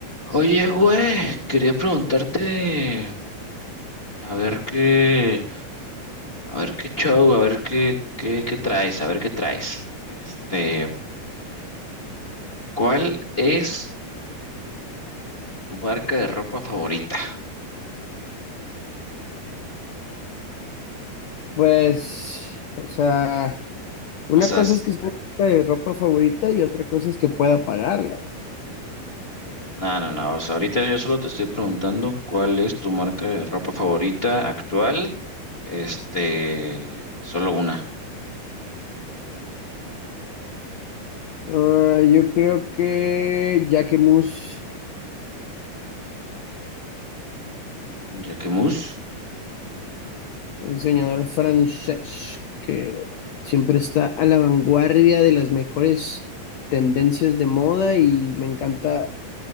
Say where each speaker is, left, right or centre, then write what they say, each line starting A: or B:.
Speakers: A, on the left (about 15°); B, on the left (about 85°).
A: Oye, güey, quería preguntarte, a ver qué, a ver qué show, a ver qué, qué, qué traes, a ver qué traes. Este, ¿cuál es tu marca de ropa favorita?
B: Pues, o sea, una
A: O sea,
B: cosa
A: s-
B: es que esté en mi ropa favorita y otra cosa es que pueda pagarla, güey.
A: no, no, no, o sea, ahorita yo solo te estoy preguntando cuál es tu marca de ropa favorita actual. Este, solo una,
B: Ah, yo creo que Jacques Mus,
A: Jacquemus.
B: un diseñador francés que siempre está a la vanguardia de las mejores tendencias de moda y me encanta,